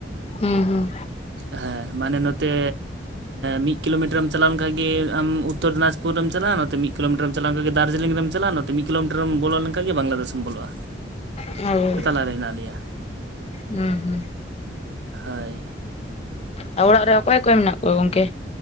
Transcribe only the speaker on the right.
ᱦᱮᱸ ᱢᱟᱱᱮ ᱱᱚᱛᱮ ᱢᱤᱫ ᱠᱤᱞᱳᱢᱤᱴᱟᱨᱮᱢ ᱪᱟᱞᱟᱣ ᱞᱮᱱᱠᱷᱟᱱ ᱜᱮ ᱟᱢ ᱩᱛᱚᱨ ᱫᱤᱱᱟᱡᱽᱯᱩᱨ ᱮᱢ ᱪᱟᱞᱟᱜᱼᱟ ᱱᱚᱛᱮ ᱢᱤᱫ ᱠᱤᱞᱳᱢᱤᱴᱟᱨ ᱮᱢ ᱪᱟᱞᱟᱣ ᱞᱮᱱᱟᱱ ᱜᱮ ᱫᱟᱨᱡᱤᱞᱤᱝ ᱨᱮᱢ ᱪᱟᱞᱟᱜᱼᱟ ᱱᱚᱛᱮ ᱢᱤᱫ ᱠᱤᱞᱳᱢᱤᱴᱟᱨᱮᱢ ᱵᱚᱞᱚ ᱞᱮᱠᱷᱟᱱ ᱜᱮ ᱵᱟᱝᱞᱟᱫᱮᱹᱥᱮᱢ ᱵᱚᱞᱚᱜᱼᱟ
ᱨᱮ ᱦᱮᱱᱟᱜ ᱞᱮᱭᱟ
ᱦᱳᱭ